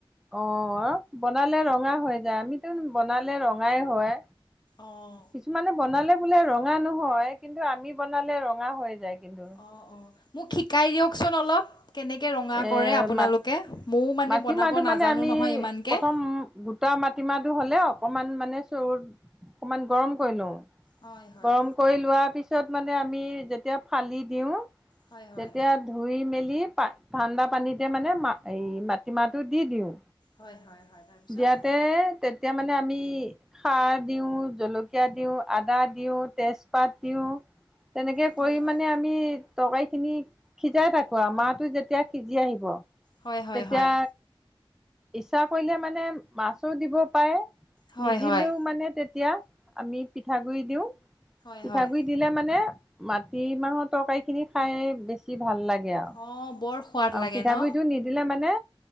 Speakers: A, in the centre; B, on the left (about 50°).
A: অঁ বনালে ৰঙা হৈ যায়, আমিতো বনালে ৰঙাই হয়।
B: অঁ
A: কিছুমানে বনালে বোলে ৰ ৰঙা নহয় কিন্তু আমি বনালে ৰঙা হৈ যায় কিন্তু।
B: অ অ মোক শিকাই দিয়কচোন অলপ কেনেকৈ ৰঙা
A: এ
B: কৰে আপোনালোকে
A: মাট
B: ময়ো মানে
A: মাটিমাহটো
B: বনাব নাজানো
A: মানে আমি
B: নহয় ইমানকৈ
A: প্ৰথম গোটা মাটিমাহটো হ'লে <unintelligible> অকণমান মানে চৰুত অকণমান গৰম কৰি লওঁ।
B: হয় হয়
A: গৰম কৰি লোৱা পিছত পিছত মানে আমি যেতিয়া ফালি দিওঁ
B: হয় হয়
A: তেতিয়া ধুই মেলি কি পায় ঠাণ্ডা পানীতে মানে ম এই মাটিমাহটো দি দিওঁ
B: হয়, হয় হয় তাৰপিছত
A: দিয়াতে তে তেতিয়া মানে আমি সাৰ দিওঁ, জলকীয়া দিওঁ, আদা দিওঁ, তেজপাত দিওঁ তেনেকে
B: হয়
A: কৰি
B: হয়
A: মানে আমি তৰকাৰীখিনি সিজাই থাকো আৰু <unintelligible> টো যেতিয়া সিজি আহিব <unintelligible>
B: হয় হয়
A: তেতিয়া
B: হয়
A: ইচ্ছা কৰিলে মানে মে মাছো দিব পাৰে
B: হয়
A: নিদিলেও
B: হয়
A: মানে তে তেতিয়া আমি পিঠাগুৰি দিওঁ
B: হয়
A: পিঠাগুৰি
B: হয়
A: দিলে মানে মাটি মাহৰ তৰকাৰী খিনি খাই বেছি ভাল লাগে গে আৰু
B: অঁ বৰ সোৱাদ
A: আৰু
B: লাগে
A: পিঠাগুড়িটো
B: ন
A: নিদিলে মানে